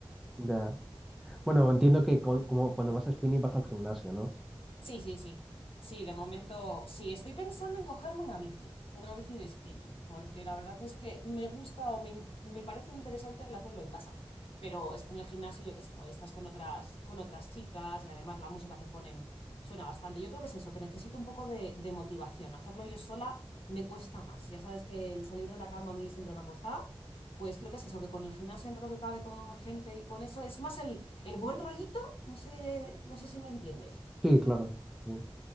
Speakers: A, in the centre; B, on the left.
A: Ya. Bueno, entiendo que con- como cuando vas a spinning vas al gimnasio, ¿no?
B: Sí, sí, sí. Sí, de momento sí, estoy pensando en cogerme una bici, una bici de spinning, porque la verdad es que me gusta o me, in- me parece interesante el hacerlo en casa, pero es que en el gimnasio, yo qué sé, cuando estás con otras, con otras chicas y además la música que ponen suena bastante. Yo creo que es eso, que necesito un poco de, de motivación. Hacerlo yo sola me cuesta más. Ya sabes que el salir de la cama a mí siempre me ha costado. Pues creo que es eso, que con el gimnasio entre lo que cabe con gente y con eso, es más el, el buen rollito, no sé, no sé si me entiendes.
A: Sí, claro. Sí.